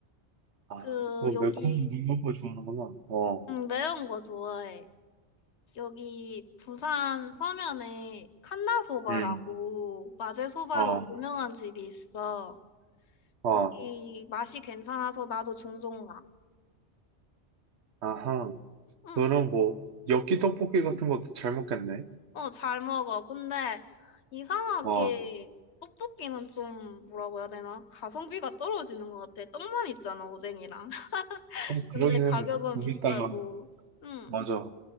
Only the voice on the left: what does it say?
그,
여기,
응, 매운 거 좋아해. 여기 부산 서면에 칸나소바라고
마제소바로
유명한 집이 있어.
거기 맛이 괜찮아서 나도 종종 가.
응,
어, 잘 먹어. 근데 이상하게
떡볶이는 좀 뭐라고 해야 되나? 가성비가 떨어지는 것 같아. 떡만 있잖아, 오뎅이랑. <laughs>
근데 가격은
비싸고. 응.